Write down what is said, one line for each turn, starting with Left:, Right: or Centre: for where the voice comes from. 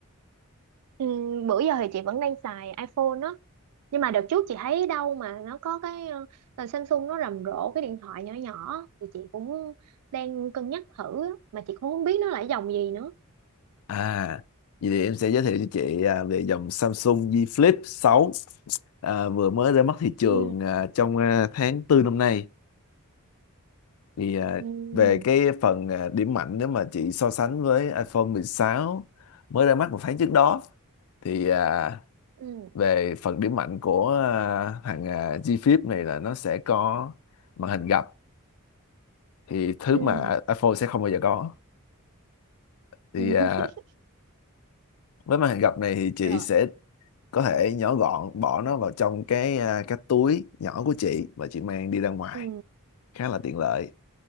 Right: Ừm, bữa giờ thì chị vẫn đang xài iPhone á, nhưng mà đợt trước chị thấy đâu mà nó có cái ờ, là Samsung nó rầm rộ cái điện thoại nhỏ nhỏ thì chị cũng đang cân nhắc thử á, mà chị cũng không biết nó là cái dòng gì nữa.
Left: À, vậy thì em sẽ giới thiệu cho chị à, về dòng Samsung Z Flip 6 à, vừa mới ra mắt thị trường
Right: ừ
Left: à, trong à, tháng tư năm nay. Thì à,
Right: ừ
Left: về cái phần à, điểm mạnh nếu mà chị so sánh với iPhone 16 mới ra mắt một tháng trước đó thì à,
Right: ừ
Left: về phần điểm mạnh của à, thằng à, G Flip này là nó sẽ có màn hình gập thì thứ
Right: ừ
Left: mà iPhone sẽ không bao giờ có thì
Right: <laughs>
Left: à, với màn hình gập này thì chị
Right: rồi
Left: sẽ có thể nhỏ gọn bỏ nó vào trong cái à, cái túi nhỏ của chị và chị mang đi ra ngoài
Right: ừ
Left: khá là tiện lợi